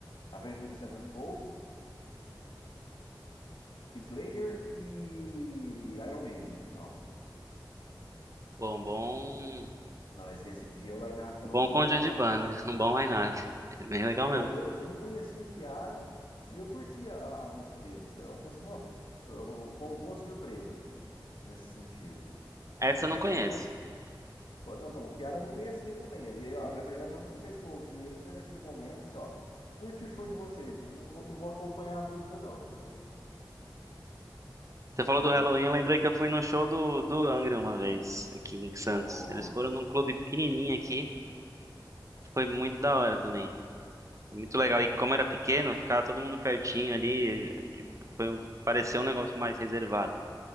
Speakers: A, on the left; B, on the right.
A: Avenged Sevenfold, Slayer e Iron Maiden no final.
B: Bom, bom.
A: Não, esse, esse dia o line-up tava
B: Bom
A: muito
B: conjunto
A: legal.
B: de banda. <laughs> Um bom line-up. <laughs>
A: Uhum.
B: Bem legal
A: Não,
B: mesmo.
A: eu, eu não conhecia o Kiara e eu curtia a, a música deles. Eu falei assim, nossa, foi uma boa surpresa nesse sentido,
B: Essa
A: em
B: eu
A: festival.
B: não conheço.
A: Não, então, o Kiara eu não conhecia também. E aí, ó, na verdade, a única vez que eu ouvi eles foi naquele momento, eu falei assim, ó, curte o show de vocês, mas não vou, não vou acompanhar a música, não. <laughs>
B: Você falou
A: Ó, ó,
B: do Halloween, eu lembrei que eu fui no show do, do Angra uma vez, aqui em Santos.
A: Nossa,
B: Eles foram num clube pequenininho aqui. Foi muito da hora também. Foi muito legal.
A: O-
B: E como era pequeno, ficava todo mundo pertinho ali. tipo, Foi um- pareceu um negócio mais reservado.